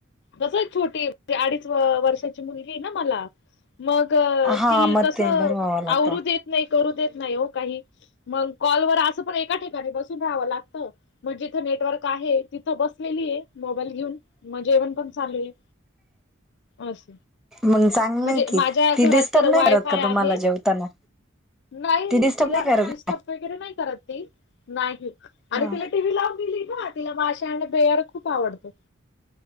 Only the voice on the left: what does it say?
कस एक छोटी अडीच वर्षाची मुलगी आहे ना मला मग
ती
कस
आवरु
देत नाही करू देत नाही हो काही मग कॉलवर असं पण एका ठिकाणी बसून राहावं लागत मग जिथं नेटवर्क आहे तिथं बसलेली आहे मोबाईल घेऊन मग जेवण पण चालू आहे अस
म्हणजे
माझ्या घरात
तर
वायफाय
आहे
नाही
तिला
डिस्टर्ब वगैरे नाही करत ती नाही आणि
तिला टी व्ही लावुन दिली ना तिला माशा आणि बेअर खूप आवडतं